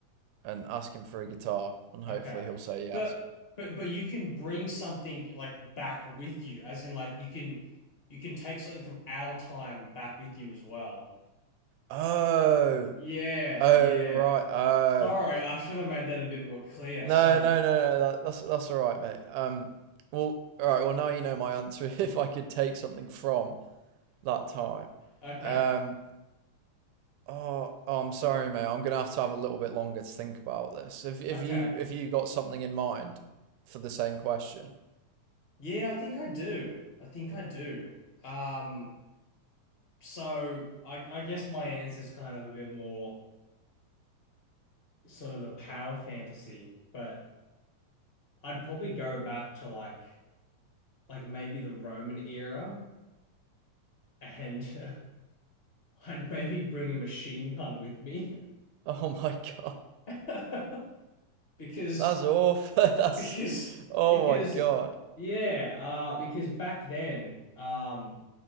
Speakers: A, on the right; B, on the left.
A: and ask him for a guitar, and hopefully
B: Okay.
A: he'll say yes.
B: But but but you can bring something like back with you, as in like you can you can take something from our time back with you as well.
A: Oh,
B: Yeah,
A: oh,
B: yeah.
A: right. Oh,
B: Sorry, I should have made that a bit more clear.
A: no,
B: Sorry.
A: no,
B: <laughs>
A: no, no. That, that's that's all right, mate. Um, well, all right. Well, now you know my answer. <laughs> If I could take something from that time,
B: Okay.
A: um. Oh, oh, I'm sorry, mate. I'm gonna have to have a little bit longer to think about this. Have have
B: Okay.
A: you have you got something in mind for the same question? <laughs>
B: Yeah, I think I do. I think I do. Um So I, I guess my answer is kind of a bit more sort of a power fantasy, but I'd probably go back to like like maybe the Roman era and <laughs> uh, I'd maybe bring a machine gun with me
A: Oh my God.
B: <laughs> because
A: That's awful. <laughs> That's
B: because
A: oh
B: because
A: my God.
B: yeah uh because back then um